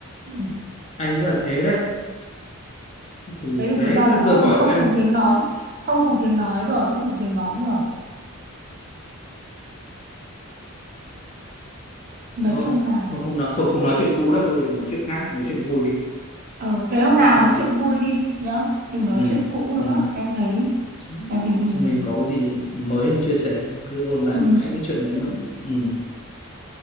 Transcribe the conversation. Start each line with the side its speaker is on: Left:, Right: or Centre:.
Right: ừ.
Left: anh nghĩ là thế đấy thì
Right: thế thì
Left: đấy
Right: chúng ta
Left: em
Right: lại
Left: vừa
Right: không
Left: hỏi
Right: không
Left: em
Right: cùng tiếng nói không cùng tiếng nói rồi không cùng tiếng nói rồi nói
Left: thôi
Right: chung là
Left: không không nói không không nói chuyện cũ đó thôi đừng nói chuyện khác nói chuyện vui đi
Right: ờ thế hôm nào
Left: em
Right: nói chuyện vui đi nhá đừng nói
Left: ừ.
Right: chuyện cũ nữa
Left: Ừ.
Right: em thấy
Left: Sao
Right: em thấy mình
Left: sao mình có gì mới không chia sẻ cứ ôn lại
Right: ừ.
Left: mãi cái chuyện đấy nó cũng- ừ.